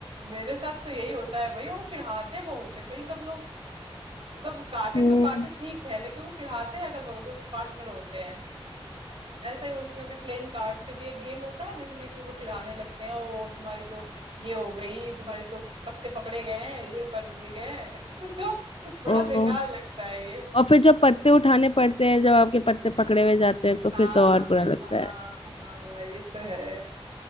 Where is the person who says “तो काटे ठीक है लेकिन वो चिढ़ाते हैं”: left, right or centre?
Right